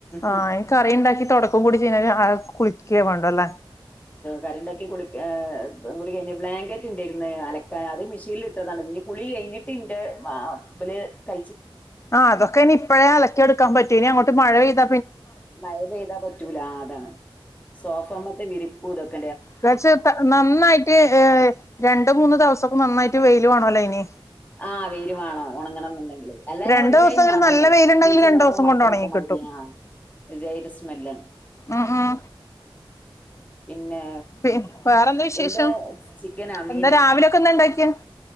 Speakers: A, on the left (about 30°); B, on the left (about 15°).
A: ആ
B: ഉം
A: കറി ഉണ്ടാക്കി തൊടക്കും കൂടി ചെയ്ന് കഴിഞ്ഞ കുളിക്കുക വേണം തല്ലേ
B: കറിയിണ്ടാക്കി കുളിക്ക ഏ കുളി കഴിഞ്ഞ ബ്ലാങ്കറ്റ് ഉണ്ടായിരുന്ന് അലക്കാൻ അത് മിഷീനിൽ ഇട്ടതാണ് ഇനി കുളി കഴിഞ്ഞിട്ട് ഇന്റെ മാബില് ക
A: ആഹ് അതൊക്കെ ഇനി ഇപ്പഴേ അലക്കിയെടുക്കാൻ പറ്റു ഇനി അങ്ങോ മഴ പെയ്ത
B: മഴ പെയ്താ പറ്റൂല ആ അതാണ് സോഫ മെത്തെ വിരിപ്പ് ഇതൊക്ക
A: കഴിച്ച് ഇത്ത നന്നായിട്ട് ഏ രണ്ട് മൂന്ന് ദിവസൊക്കെ നന്നായിട്ട് വെയി ഇടുവാണോ ലയിന്
B: ആ വെയില് വേണോം ഒണങ്ങണംന്നുണ്ടെങ്കില് അല്ലാന്
A: രണ്ടു
B: ഒരുചായി
A: ദിവസെങ്കിലും
B: മണാണ്
A: നല്ല വെയിലുണ്ടെങ്കിൽ
B: പൂച്ച
A: രണ്ടു
B: മൂത്ര
A: ദിവസം
B: മണത്തിനൊക്കെ
A: കൊണ്ട് ഒണങ്ങി
B: മാതിരി
A: കിട്ടും
B: ആ ഒരുചായി ഒരു സ്മെല്ലാണ്
A: ഉം ഉം
B: പിന്നെ
A: പി വേറെന്താ വിശേഷം
B: എന്താ ചിക്കനാ മീനാ?
A: എന്താ രാവിലെക്കെ ന്താ ഇണ്ടാക്കിയെ